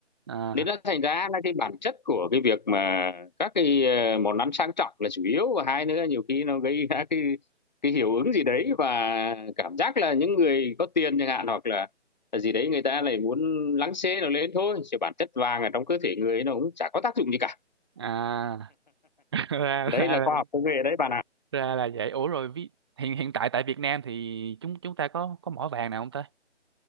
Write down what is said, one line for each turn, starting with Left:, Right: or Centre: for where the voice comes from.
Right: à
Left: nên nó thành ra là cái bản chất của cái việc mà các cái ờ, món ăn sang trọng là chủ yếu và hai nữa nhiều khi nó gây ra cái cái hiệu ứng gì đấy và cảm giác là những người có tiền chẳng hạn hoặc là là gì đấy người ta lại muốn lắng xê nó lên thôi chứ bản chất vàng ở trong cơ thể người nó cũng chả có tác dụng gì cả
Right: à <laughs> ra
Left: đấy
Right: ra
Left: là khoa
Right: là,
Left: học công nghệ đấy bạn ạ À,
Right: ra là vậy ủa rồi vi- hiện hiện tại tại Việt Nam thì chúng chúng ta có có mỏ vàng nào không ta